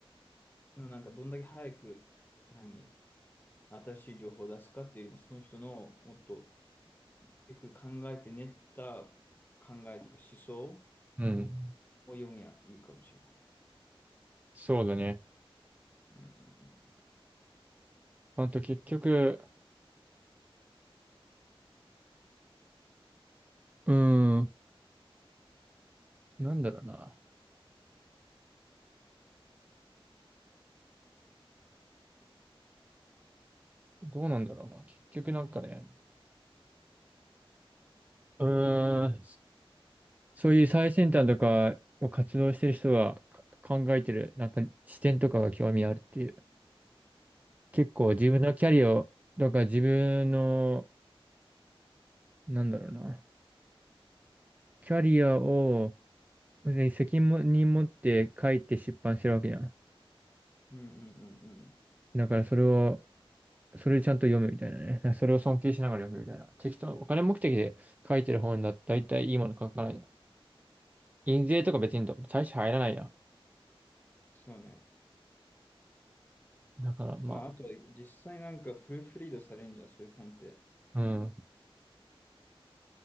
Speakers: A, on the left; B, on the right.
A: でもなんかどんだけ早く、何、新しい情報を出すかっていうよりも、その人のもっとよく考えて練った考えとか思想
B: うん。
A: を読みやいいかもしれない。
B: そうだね。
A: うんうん
B: あと結局、うーん。なんだろうな。どうなんだろうな。結局なんかね、うーん、そういう最先端とかを活動してる人がか考えてる、なんか視点とかが興味あるっていう。結構自分のキャリアを、だから自分の、なんだろうな。キャリアを、別に責任持って書いて出版してるわけじゃん。
A: うん。うんうんうんうん。
B: だからそれを、それでちゃんと読むみたいなね。なんかそれを尊敬しながら読むみたいな。適当、お金目的で書いてる本だったら大体いいもの書かない印税とか別にど大して入らないや。
A: そうね。
B: だから、ま
A: まあ、あと、実際なんかプルーフリードされんじゃん、そういう本って。
B: あ、うん、